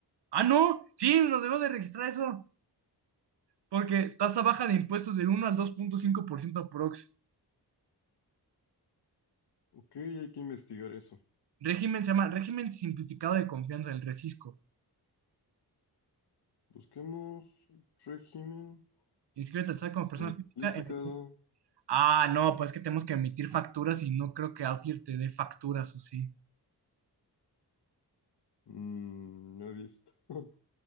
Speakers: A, on the right (about 80°); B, on the left (about 75°).
A: Ah, no, sí, nos debemos de registrar eso. Porque tasa baja de impuestos del uno al dos punto cinco por ciento aprox.
B: Ok, hay que investigar eso.
A: Régimen se llama Régimen Simplificado de Confianza, el RECISCO.
B: Busquemos régimen
A: Inscríbete al SAT como persona
B: Simplificado,
A: física. en- Ah, no, pues que tenemos que emitir facturas y no creo que Outlier te dé facturas o sí.
B: mm, no he visto. <laughs>